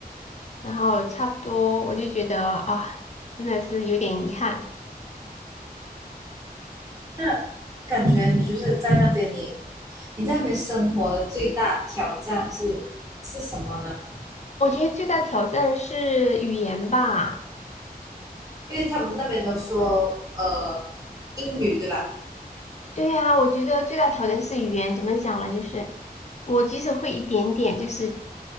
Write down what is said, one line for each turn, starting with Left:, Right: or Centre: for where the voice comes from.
Left: 然后差不多，我就觉得啊，真的是有点遗憾。
Right: 那感觉你就是在那边你，你在那边生活的最大挑战是是什么呢？
Left: 我觉得最大挑战是语言吧。
Right: 因为他们那边都说呃英语，对吧？
Left: 对呀，我觉得最大挑战是语言，怎么讲呢？就是我即使会一点点，就是